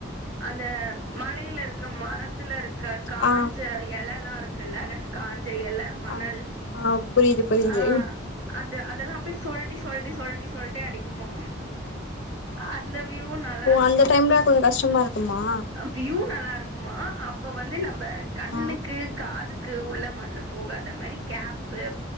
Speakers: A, on the right; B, on the left.
A: அந்த மழையில இருக்க மரத்துல இருக்க காஞ்ச
B: ஆ
A: எலல்லா இருக் க்குளத காஞ்ச எல மணல்
B: ஆ ஆ புரியுது புரியுது
A: ஆ அந்த அதெல்லாம் அப்டே சொல்டி சொல்டி சொல்டி சொல்டி அடிக்குமா அந்த வியூவு நல்லா
B: இப்போ
A: இருக்கூ
B: அந்த டைம்ல கொஞ்சோ கஷ்டமா இருக்குமா
A: வியூ நல்லா இருக்குமா அப்ப வந்து நம்ப கண்ணுக்கு
B: ஆ
A: காதுக்கு உள்ள மண்ணு போகாத மாரி கேப்பு